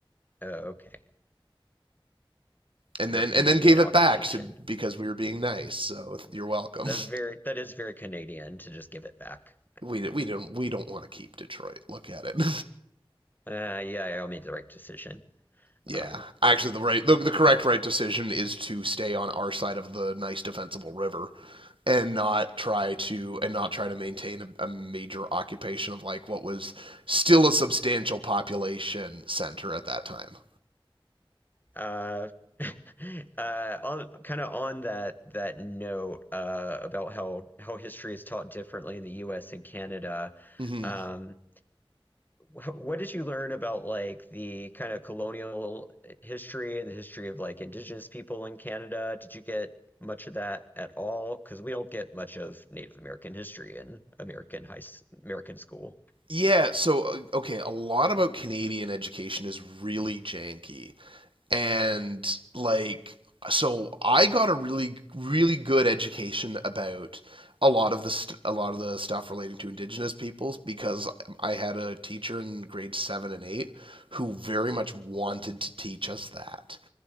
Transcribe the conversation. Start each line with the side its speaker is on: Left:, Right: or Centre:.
Left: Oh, okay.
Right: And
Left: Under
Right: then
Left: Canadian
Right: and then gave it
Left: occupation.
Right: back to because we were being nice. So you're welcome.
Left: That's
Right: <laughs>
Left: very that is very Canadian to just give it back.
Right: We we don't we don't want to keep Detroit. Look at it. <laughs>
Left: Uh, yeah, I made the right decision.
Right: yeah,
Left: Um,
Right: actually, the right the, the correct right decision is to stay on our side of the nice defensible river and not try to and not try to maintain a, a major occupation of like what was still a substantial population center at that time.
Left: uh, <laughs> uh, on kind of on that that note uh, about how how history is taught differently in the U.S. and Canada.
Right: Mm-hmm.
Left: Um, wh what did you learn about like the kind of colonial history and the history of like Indigenous people in Canada? Did you get much of that at all? Because we don't get much of Native American history in American high s- American school.
Right: Yeah, so uh, okay, a lot about Canadian education is really janky. And like so I got a really really good education about a lot of the st- a lot of the stuff relating to indigenous peoples because I had a teacher in grade 7 and 8 who very much wanted to teach us that